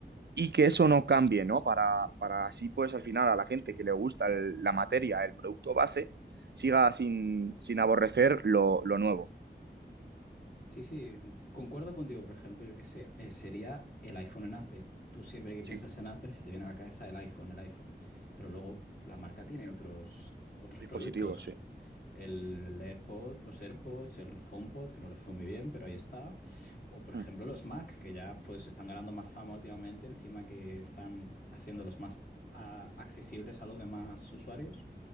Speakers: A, on the right; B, on the left.
A: y que eso no cambie, ¿no? Para, para así, pues al final a la gente que le gusta el- la materia, el producto base, siga sin, sin aborrecer lo, lo nuevo.
B: Sí, sí, concuerdo contigo, por ejemplo, yo qué sé, eh, sería el iPhone en Apple. Tú siempre que piensas
A: Sí,
B: en Apple se te viene a la cabeza el iPhone, el iPhone. Pero luego la marca tiene otros, otros
A: dispositivos,
B: productos.
A: sí.
B: El AirPod, los AirPods, el HomePod, que no les fue muy bien, pero ahí está. O por ejemplo
A: Mm.
B: los Mac, que ya pues están ganando más fama últimamente, encima que están haciéndolos más a- accesibles a los demás usuarios.